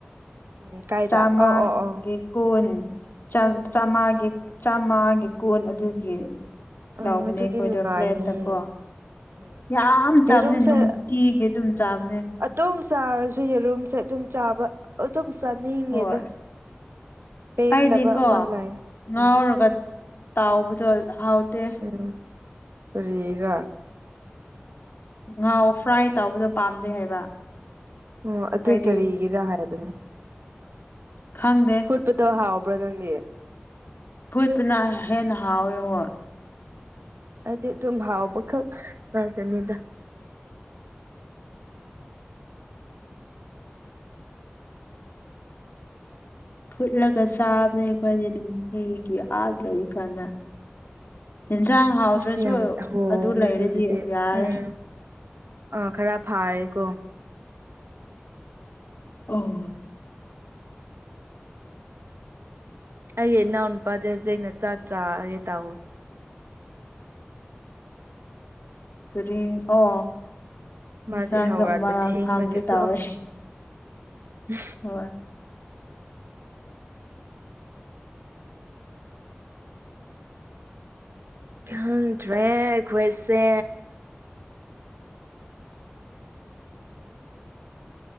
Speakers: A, on the right; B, on the left.
A: ꯎꯝ ꯀꯥꯏꯗ
B: ꯆꯥꯝꯃꯒꯤ
A: ꯑꯣ ꯑꯣ ꯑꯣ
B: ꯀꯨꯟ ꯆꯥꯝꯆꯥꯝꯃꯒꯤ
A: ꯑꯁ
B: ꯆꯥꯝꯃꯒꯤ ꯀꯣꯟ ꯑꯗꯨꯒꯤ
A: ꯑ
B: ꯂꯥꯎꯕꯅꯦ
A: ꯑꯗꯨꯗꯤ
B: ꯑꯩꯈꯣꯏꯗꯣ
A: ꯅꯨꯡꯉꯥꯏꯅꯤꯌꯦ
B: ꯄ꯭ꯂꯦꯠꯇ ꯀꯣ
A: ꯎꯝ
B: ꯌꯥꯝ ꯆꯥꯕꯅꯦ
A: ꯌꯦꯔꯨꯝꯁꯦ
B: ꯅꯨꯡꯇꯤꯒꯤ ꯑꯗꯨꯝ ꯆꯥꯕꯅꯦ
A: ꯑꯗꯨꯝ ꯆꯥꯔꯁꯨ ꯌꯦꯔꯨꯝꯁꯦ ꯑꯗꯨꯝ ꯆꯥꯕ ꯑꯗꯨꯝ ꯆꯥꯅꯤꯡꯉꯦꯗ
B: ꯍꯣꯏ
A: ꯄꯦꯟꯗꯕ
B: ꯑꯩꯗꯤꯀꯣ
A: ꯑꯃ ꯂꯩ
B: ꯉꯥꯎꯔꯒ
A: ꯎꯝ
B: ꯇꯥꯎꯕꯗꯣ ꯍꯥꯎꯇꯦ
A: ꯎꯝ ꯀꯔꯤꯔ
B: ꯉꯥꯎꯑꯣ ꯐ꯭ꯔꯥꯏ ꯇꯥꯎꯕꯗꯣ ꯄꯥꯝꯗꯦ ꯍꯥꯏꯕ
A: ꯑꯣ ꯑꯗꯨꯏ
B: ꯑꯩꯗꯤ
A: ꯀꯔꯤꯒꯤꯔ ꯍꯥꯏꯕꯅꯤ
B: ꯈꯪꯗꯦ
A: ꯐꯨꯠꯄꯗꯣ ꯍꯥꯎꯕ꯭ꯔꯥ ꯅꯪꯒꯤ
B: ꯐꯨꯠꯄꯅ ꯍꯦꯟꯅ ꯍꯥꯎꯋꯦ ꯍꯣꯏ
A: ꯍꯥꯏꯗꯤ ꯑꯗꯨꯝ ꯍꯥꯎꯕꯈꯛ ꯉꯥꯛꯇꯅꯤꯗ
B: ꯐꯨꯠꯂꯒ ꯆꯥꯕꯅꯦ ꯑꯩꯈꯣꯏꯗꯤ ꯅꯨꯡꯇꯤꯒꯤ ꯑꯥꯗ ꯂꯩ ꯀꯥꯟꯗ ꯑꯦꯟꯁꯥꯡ ꯍꯥꯎꯗ꯭ꯔꯁꯨ
A: ꯑꯁ ꯌꯥꯝ ꯍꯣꯡꯉꯦ
B: ꯑꯗꯨ ꯂꯩꯔꯗꯤ
A: ꯑꯗꯨꯗꯨꯗꯤ
B: ꯌꯥꯔꯦ
A: ꯎꯝ ꯑꯥ ꯈꯔ ꯐꯥꯔꯦꯀꯣ
B: ꯎꯝ
A: ꯑꯩꯒꯤ ꯏꯅꯥꯎ ꯅꯨꯄꯥꯗ ꯍꯧꯖꯤꯛꯅꯦ ꯆꯥꯛ ꯆꯥꯔꯒꯦ ꯇꯥꯋꯦ
B: ꯀꯔꯤ ꯑꯣ
A: ꯃꯥꯗꯤ
B: ꯌꯦꯟꯁꯥꯡꯗꯣ
A: ꯍꯧꯒꯠꯄ
B: ꯑꯃ
A: ꯊꯦꯡꯕꯒꯤꯀꯣ
B: ꯍꯥꯡꯒꯦ ꯇꯥꯎꯋꯦ
A: <unintelligible>
B: ꯍꯣꯏ
A: ꯈꯪꯗ꯭ꯔꯦ ꯑꯩꯈꯣꯏꯁꯦ